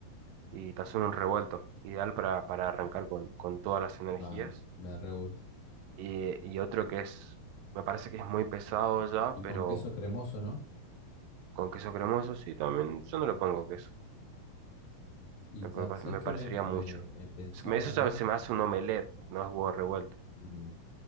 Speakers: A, on the right (about 80°); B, on the left (about 75°).
A: y te hacen un revuelto, ideal para, para arrancar con, con todas las energías.
B: Pa, me re gusta.
A: Y, y otro que es, me parece que es muy pesado ya,
B: Y
A: pero
B: con queso cremoso, ¿no?
A: con queso cremoso sí, también yo no le pongo queso,
B: Y
A: me,
B: ta-
A: me pa-
B: ¿sabes
A: me
B: qué
A: parecería
B: me, me,
A: mucho.
B: eh, pensaba
A: Se me- Eso
B: también?
A: ya se me hace un omelette, no es huevo revuelto.
B: Mm,